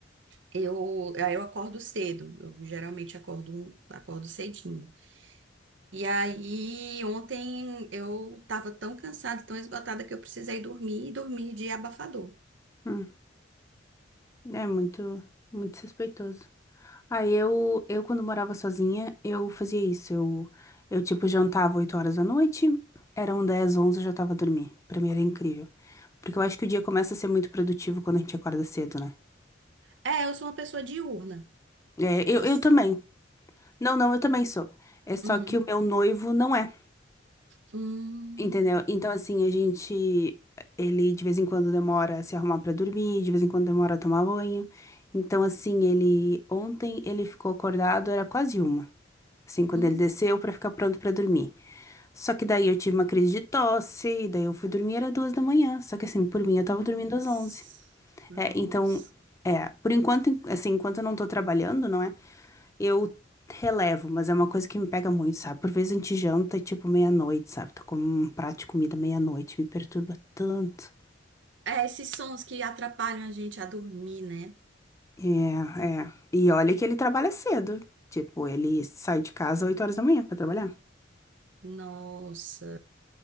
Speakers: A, on the right (about 65°); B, on the left (about 15°).
A: eu, aí eu acordo cedo, eu geralmente acordo, um- acordo cedinho. E aí, ontem eu tava tão cansada, tão esgotada que eu precisei dormir e dormir de abafador.
B: uhum. É muito, muito suspeitoso. Aí eu, eu quando morava sozinha, eu fazia isso. Eu, eu tipo, jantava 8 horas da noite, eram 10, 11, eu já tava a dormir. Pra mim era incrível. Porque eu acho que o dia começa a ser muito produtivo quando a gente acorda cedo, né?
A: É, eu sou uma pessoa diurna.
B: É, eu,
A: Você.
B: eu também. Não, não, eu também sou. É só
A: Uhum.
B: que o meu noivo não é,
A: Hum,
B: entendeu? Então, assim, a gente. Ele de vez em quando demora a se arrumar pra dormir, de vez em quando demora a tomar banho. Então, assim, ele. Ontem ele ficou acordado, era quase uma. assim, quando
A: hum.
B: ele desceu pra ficar pronto pra dormir. Só que daí eu tive uma crise de tosse, e daí eu fui dormir, era duas da manhã. Só que assim, por mim, eu tava
A: Nossa.
B: dormindo às onze.
A: Nossa.
B: É, então, é, por enquanto, en- assim, enquanto eu não tô trabalhando, não é? Eu relevo, mas é uma coisa que me pega muito, sabe? Por vezes a gente janta, tipo, meia-noite, sabe? Tô com um prato de comida meia-noite, me perturba tanto.
A: É, esses sons que atrapalham a gente a dormir, né?
B: É, é. E olha que ele trabalha cedo. Tipo, ele sai de casa 8 horas da manhã pra trabalhar.
A: Nossa.